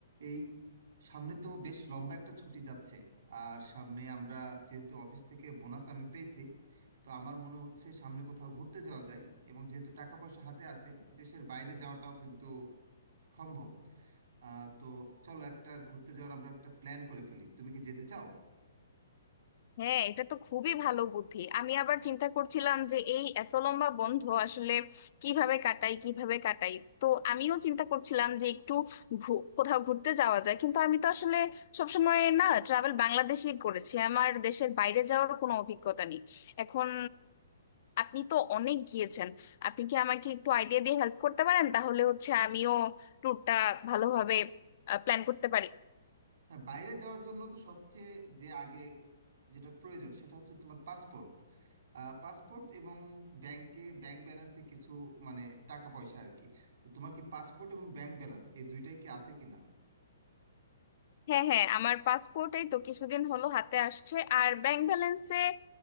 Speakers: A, on the right; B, on the left.
A: এই সামনে তো বেশ লম্বা একটা ছুটি যাচ্ছে আর সামনে আমরা যেহেতু অফিস থেকে বোনাস আমি পেয়েছি তো আমার মনে হচ্ছে সামনে কোথাও ঘুরতে যাওয়া যায় এবং যেহেতু টাকা পয়সা হাতে আছে দেশের বাইরে যাওয়াটাও কিন্তু সম্ভব আহ, তো চলো একটা ঘুরতে যাওয়ার আমরা একটা প্ল্যান করে ফেলি তুমি কি যেতে চাও
B: হ্যাঁ এটা তো খুবই ভালো বুদ্ধি আমি আবার চিন্তা করছিলাম যে এই এত লম্বা বন্ধ আসলে কিভাবে কাটাই কিভাবে কাটাই তো আমিও চিন্তা করছিলাম যে একটু ঘু- কোথাও ঘুরতে যাওয়া যায় কিন্তু আমি তো আসলে সবসময় না ট্রাভেল বাংলাদেশেই করেছি আমার দেশের বাইরে যাওয়ার কোনো অভিজ্ঞতা নেই এখন আপনি তো অনেক গিয়েছেন আপনি কি আমাকে একটু আইডিয়া দিয়ে হেল্প করতে পারেন তাহলে হচ্ছে আমিও ট্যুরটা ভালোভাবে প্ল্যান করতে পারি
A: হ্যাঁ বাইরে যাওয়ার জন্য তো সবচেয়ে যে আগে যেটা প্রয়োজন সেটা হচ্ছে তোমার পাসপোর্ট পাসপোর্ট এবং ব্যাংকে ব্যাংক ব্যালেন্সে কিছু মানে টাকা পয়সা আর কি তো তোমার কি পাসপোর্ট এবং ব্যাংক ব্যালেন্স এই দুইটাই কি আছে কিনা
B: হ্যাঁ হ্যাঁ আমার পাসপোর্টেই তো কিছুদিন হলো হাতে আসছে আর ব্যাংক ব্যালেন্সে